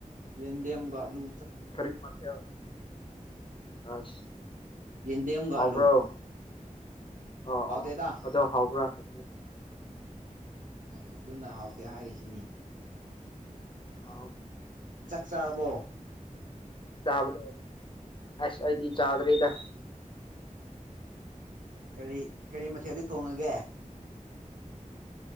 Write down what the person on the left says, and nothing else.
ꯐꯔꯤ ꯃꯥꯊ ꯑꯁ
ꯍꯥꯎꯕ꯭ꯔꯣ
ꯑ
ꯑ ꯑꯗꯣ ꯍꯥꯎꯕ꯭ꯔꯥ ꯍꯥꯏ
ꯑꯥ
ꯆꯥꯕ ꯑꯁ ꯑꯩꯗꯤ ꯆꯥꯗꯔꯦꯗ